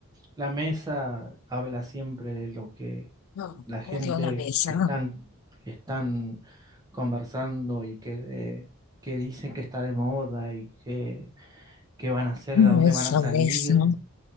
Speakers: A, on the right; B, on the left.
A: la mesa habla siempre de lo que
B: No,
A: la gente
B: odio la mesa.
A: que están, que están conversando y que, eh, que dicen que está de moda y que qué van a hacer,
B: No,
A: a dónde
B: Esa
A: van a salir.
B: mesa.